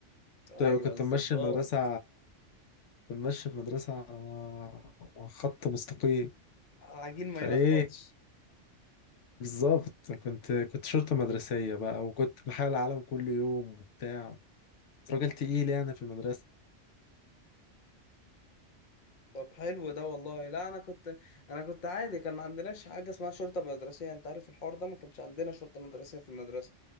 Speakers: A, on the left (about 75°); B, on the left (about 45°).
A: كنت
B: ايوه
A: كنت
B: الظباط
A: ماشي المدرسة كنت ماشي المدرسة على خط مستقيم
B: عجين ما
A: فايه
B: يلخبطش
A: بالظبط كنت كنت شرطة مدرسية بقى وكنت بحال العالم كل يوم وبتاع كنت راجل تقيل يعني في المدرسة
B: طب حلو ده والله لا انا كنت انا كنت عادي كان ما عندناش حاجه اسمها شرطه مدرسيه انت عارف الحوار ده ما كانش عندنا شرطه مدرسيه في المدرسه